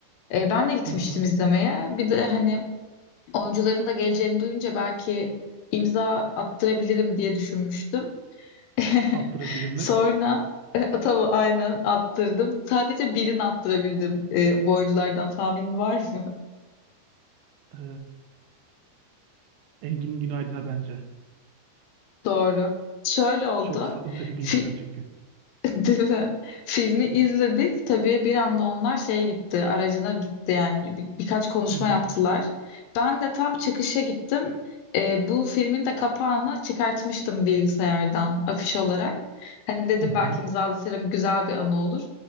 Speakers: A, on the left; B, on the right.
A: E, ben de gitmiştim
B: Hı hı.
A: izlemeye. Bir de hani oyuncuların da geleceğini duyunca belki imza attırabilirim diye düşünmüştüm. <laughs>
B: Attırabildin mi?
A: Sonra e, tavu aynen attırdım. Sadece birini attırabildim e, bu oyunculardan. Tahminin var mı?
B: Ee, Engin Günaydın'a bence.
A: <laughs> Doğru. Şöyle oldu.
B: Çok sempatik bir
A: Fi-
B: insan çünkü.
A: <laughs> Değil mi? Filmi izledik. Tabii bir anda onlar şeye gitti, aracına gitti yani Bir- birkaç konuşma
B: Hı hı.
A: yaptılar. Ben de tam çıkışa gittim. Ee, bu filmin de kapağını çıkartmıştım bilgisayardan afiş olarak. Hani dedim
B: Hı hı.
A: belki imzalatırım güzel bir anı olur.